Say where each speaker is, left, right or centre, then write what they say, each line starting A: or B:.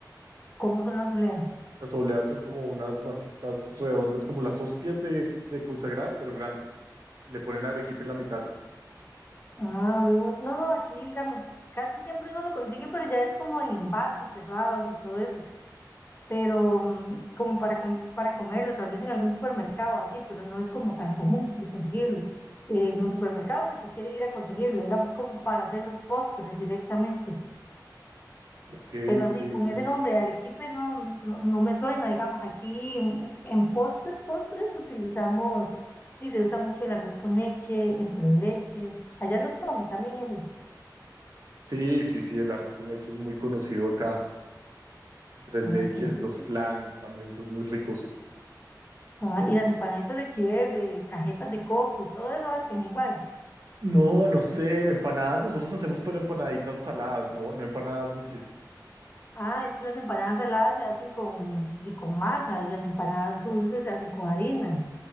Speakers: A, on the left; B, on the right.
A: ¿cómo son las obleas?
B: Las obleas son como unas masitas redondas, como las hostias de, de consagrar, pero grandes. Y le ponen arequipe en la mitad.
A: Ah, vemos. No, no, aquí, digamos, casi siempre uno lo consigue, pero ya es como en envases cerrados y todo eso. Pero mm, como para, com- para comerlo, tal vez en algún supermercado así, pero no es como tan común de conseguirlo. Eh, en los supermercados el que quiere ir a conseguirlo, digamos, como para hacer los postres directamente.
B: Ok,
A: Pero
B: ok,
A: así, con
B: ok.
A: ese nombre, arequipe, no, no, no me suena, digamos, aquí en, en postres, postres utilizamos, sí, se usa mucho el arroz con leche, el tres leches, allá los comen también esos,
B: Sí, sí, sí, el arroz con leche es muy conocido acá. Tres
A: ay,
B: leches,
A: qué rico,
B: los flan también son muy ricos.
A: Ah, y las empanaditas de chiverre, cajetas de coco y todo eso hacen igual.
B: No, no sé, empanadas nosotros hacemos, pero empanaditas saladas, no, no empanadas dulces.
A: Ah, es que las empanadas saladas se hacen con, di- con masa y las empanadas dulces se hacen con harina.